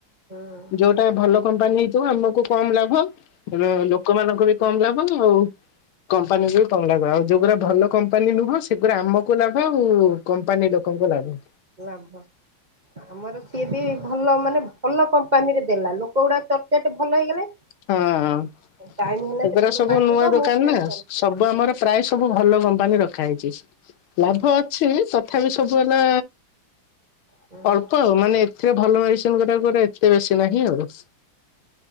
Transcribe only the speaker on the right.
ହୁଁ
ଲାଭ ଆମର ସିଏ ବି ଭଲ ମାନେ ଭଲ କମ୍ପାନୀରେ ଦେଲା ଲୋକ ଗୁଡା ଚଟ୍ ଚାଟେ ଭଲ ହେଇଗଲେ।
ଟାଇମ ହେଲେ
ସେପଟୁ
କାଟିବ
ମୁଁ ଫେରେ
କରିବି।
ହୁଁ
ହୁଁ
ହୁଁ।